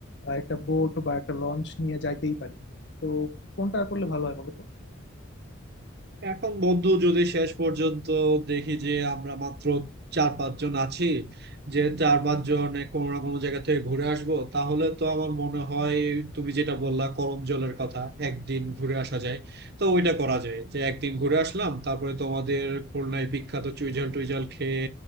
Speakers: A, on the left (about 55°); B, on the right (about 50°).
A: আহ, একটা বোট বা একটা লঞ্চ নিয়ে যাইতেই পারি তো কোনটা করলে ভালো হয় বলো তো
B: এখন বন্ধু যদি শেষ পর্যন্ত দেখি যে আমরা মাত্র চার পাঁচজন আছি যে চার পাঁচজন কোনো না কোনো জায়গা থেকে ঘুরে আসবো তাহলে তো আমার মনে হয় তুমি যেটা বললা করম জলের কথা একদিন ঘুরে আসা যায় তো ওইটা করা যায় যে একদিন ঘুরে আসলাম তারপরে তোমাদের খুলনায় বিখ্যাত চুইঝাল টুইঝাল খেয়ে